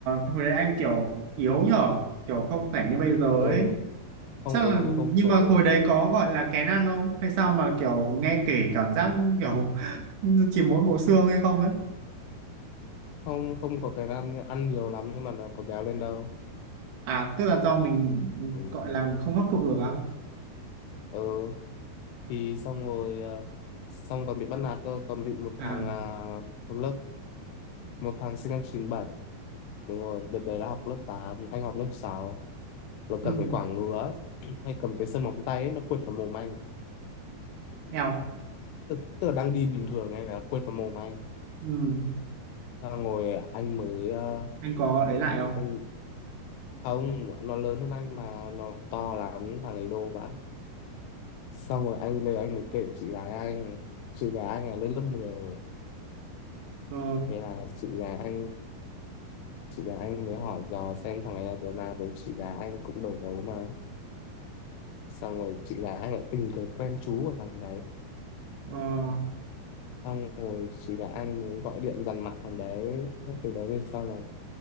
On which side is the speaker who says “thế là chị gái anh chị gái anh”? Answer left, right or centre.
Left